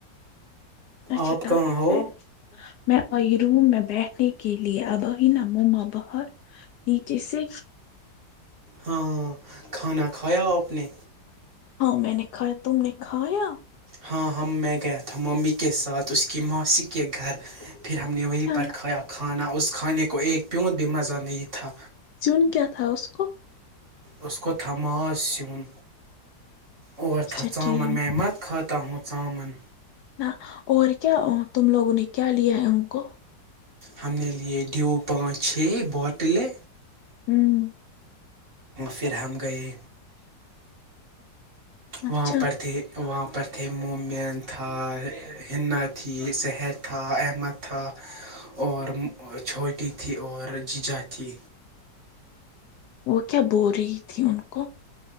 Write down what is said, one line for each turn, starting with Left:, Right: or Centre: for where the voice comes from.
Left: اچھا
Right: آپ
Left: ڈب
Right: کہاں ہو
Left: میں آئی روم میں بیٹھنے کے لیے اباہین موما بہار نیچے سے
Right: ہاں ہاں کھانا کھایا آپ نے
Left: ہاں میں نے کایا تم نے کایا
Right: ہاں ہم میں گیا تھا ممی کے ساتھ اس کی ماسی کے گھر پھر ہم نے وہیں
Left: اچھا
Right: پر کھایا کھانا اس کھانے کو ایک پیوںند بھی مزہ نہیں تھا
Left: سون کیا تھا اس کو
Right: اسسکوت ماس سون اور
Left: اچھا
Right: تھا
Left: ٹھیک
Right: ان میںیمت کھاتا ہوں ان
Left: ہ اور کیا تم لوگوں نے کیا لیا ہے ان کو
Right: ہم نے لیے ڈیو پانچ چھ بوتلیں
Left: ہوں
Right: پھر ہم گئے
Left: اچھا
Right: وہاں پر تھے وہاں پر تھے مومین تھا ہنا تھی سحر تھا احمد تھا اور چھوٹی تھی اور جیجا تھی
Left: وہ کیا بول رہی تھی ان کو